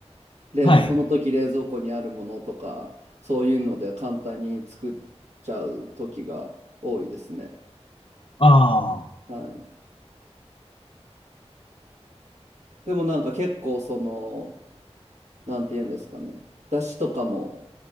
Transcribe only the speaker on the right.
冷その時冷蔵庫にあるものとか、
そういうので簡単に作っちゃう時が多いですね。
はい。でもなんか結構その、なんていうんですかね、だしとかも、